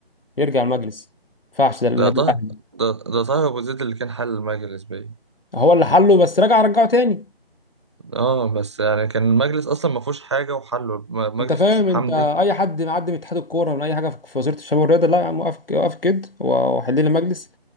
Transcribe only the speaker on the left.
يرجع المجلس ما ينفعش ده النادي
الاهلي
هو اللي حله بس رجع رجعه تاني
انت فاهم
انت
اي حد معدي من اتحاد الكوره من اي حاجه في في وزاره الشباب والرياضه لا يا عم وقف وقف كده وحل لي المجلس